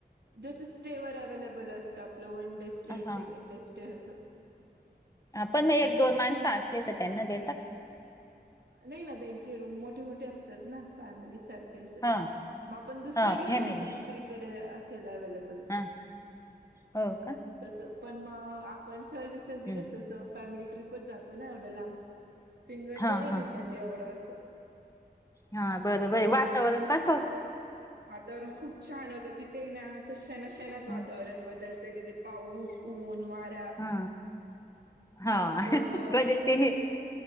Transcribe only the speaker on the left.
हा
पण मग एक दोन माणसं असले तर त्यांना देतात?
हा
हा
फॅमिली
हा हो का?
हम्म
हा
हा
हा बरं बर आहे वातावरण कस होत?
हा
हा हा
म्हणजे तीनही.